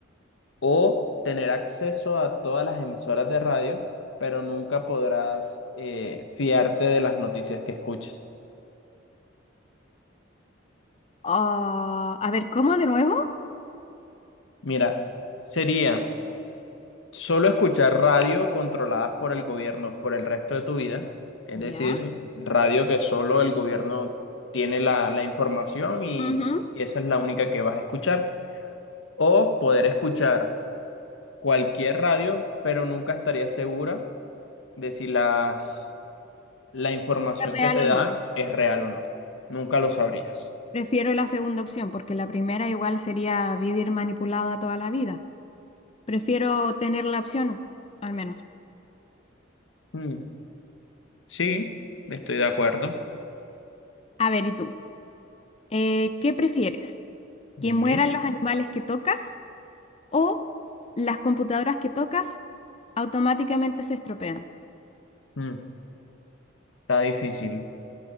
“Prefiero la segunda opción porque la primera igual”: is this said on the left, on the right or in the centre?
Left